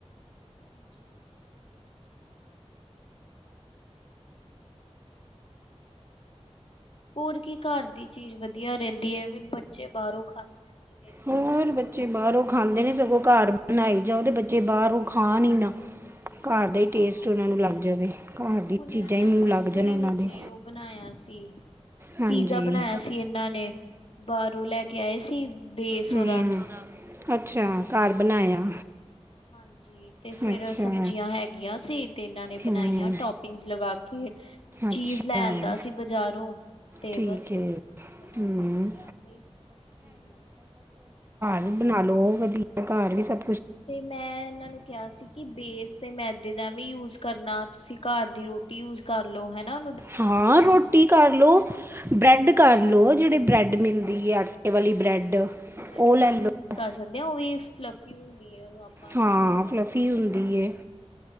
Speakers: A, on the left; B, on the right.
A: ਹਾਂਜੀ ਹੋਰ ਕੀ ਘਰ ਦੀ ਚੀਜ਼ ਵਧੀਆ ਰਹਿੰਦੀ ਹੈ ਐਵੇ ਬੱਚੇ ਬਾਹਰੋਂ ਖਾਂ ਕਿਵੇਂ?
B: ਹੋਰ ਬੱਚੇ ਬਾਹਰੋਂ ਖਾਂਦੇ ਨੇ ਸਗੋਂ ਘਰ ਬਣਾਈ ਜਾਓ ਤੇ ਬੱਚੇ ਬਾਹਰੋਂ ਖਾਣ ਈ ਨਾ ਘਰ ਦਾ ਹੀ
A: ਹਾਂ
B: ਟੇਸਟ ਉਹਨਾਂ
A: ਤੇ
B: ਨੂੰ ਲੱਗ
A: ਹੈ।
B: ਜਾਵੇ ਘਰ ਦੀ
A: ਹੁਣ
B: ਚੀਜ਼ਾਂ
A: ਇਹ
B: ਹੀ ਮੂੰਹ
A: ਪਰਸੋਂ
B: ਲੱਗ ਜਾਣ
A: ਹੀ
B: ਉਹਨਾਂ
A: ਹਜੇ
B: ਦੇ
A: ਉਹ ਬਣਾਇਆ ਸੀ
B: ਹਾਂਜੀ
A: ਪੀਜ਼ਾ ਬਣਾਇਆ ਸੀ ਇਹਨਾਂ ਨੇ, ਬਾਰੋਂ ਲੈ ਕੇ ਆਏ ਸੀ ਬੇਸ
B: ਡੇਢ
A: ਓਦਾ
B: ਹੂੰ ਅੱਛਾ, ਘਰ ਬਣਾਇਆ
A: ਹਾਂਜੀ ਜੀ ਤੇ ਫੇਰ
B: ਅੱਛਾ
A: ਸਬਜ਼ੀਆਂ ਹੈਗੀਆਂ ਸੀ ਤੇ ਇਹਨਾਂ ਨੇ ਬਣਾਈਆਂ
B: ਹੂੰ
A: ਟੋਪਿੰਗਸ ਲਗਾ ਕੇ, ਚੀਜ਼
B: ਅੱਛਾ
A: ਲੈ ਆਂਦਾ ਸੀ ਬਜ਼ਾਰੋਂ ਤੇ
B: ਠੀਕ
A: ਬਸ
B: ਹੈ
A: ਓਵਨ ਚ ਬਣਾਇਆ
B: ਹੂੰ
A: ਇਹਨਾਂ ਨੇ ਆਪੇ ਈ। ਹੰ
B: ਬਣਾਲੋ ਵਧੀਆ, ਘਰ ਵੀ ਸਬ
A: ਤੇ ਮੈਂ ਇਹਨਾਂ ਨੂੰ ਕਿਹਾ ਸੀ ਕਿ ਬੇਸ ਤੇ ਮੈਦੇ ਦਾ ਵੀ ਯੂਜ ਕਰਨਾ, ਤੁਸੀਂ ਘਰ ਦੀ ਰੋਟੀ ਯੂਜ ਕਰ ਲੋ ਹੈਨਾ?
B: ਹਾਂ ਰੋਟੀ ਕਰ ਲੋ,
A: ਲੋ
B: ਬ੍ਰੈਡ ਕਰ ਲਓ, ਜਿਹੜੇ ਬ੍ਰੈਡ ਮਿਲਦੀ ਹੈ ਆਟੇ ਵਾਲੀ ਬ੍ਰੈਡ,
A: ਬ੍ਰੈਡ
B: ਉਹ ਲੈ ਲਓ।
A: ਵੀ ਯੂਜ ਕਰ ਸਕਦੇ ਆ ਉਹ ਵੀ ਫਲੱਫੀ <unintelligible> ਆਪਾਂ
B: ਹਾਂ,
A: ਡਬਲ ਕਰਕੇ
B: ਫਲੱਫੀ ਹੁੰਦੀ ਹੈ।